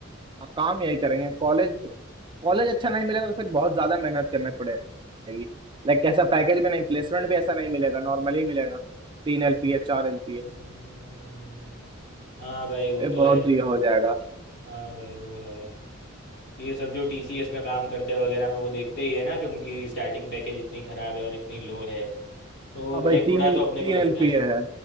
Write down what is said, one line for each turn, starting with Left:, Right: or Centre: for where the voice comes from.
Right: हाँ, काम यही करेंगे कॉलेज कॉलेज अच्छा नहीं मिलेगा तो फिर बहुत ज्यादा मेहनत करनी पड़ेगी लाइक ऐसा पैकेज भी नहीं प्लेसमेंट भी ऐसा नहीं मिलेगा नॉर्मली मिलेगा तीन एलपीए चार एलपीए
Left: हम्म, हाँ भाई वो
Right: ये
Left: तो
Right: बहुत
Left: है
Right: ये
Left: अभी
Right: हो जाएगा
Left: हाँ भाई वो है ये सब जो टीसीएस में काम करते हैं वगैरह में वो देखते ही है ना कि उनकी स्टार्टिंग पैकेज इतनी ख़राब है और इतनी लो है तो
Right: हाँ भाई
Left: भाई
Right: तीन
Left: थोड़ा
Right: तीन
Left: तो अपने को लगता
Right: एलपीए
Left: है
Right: है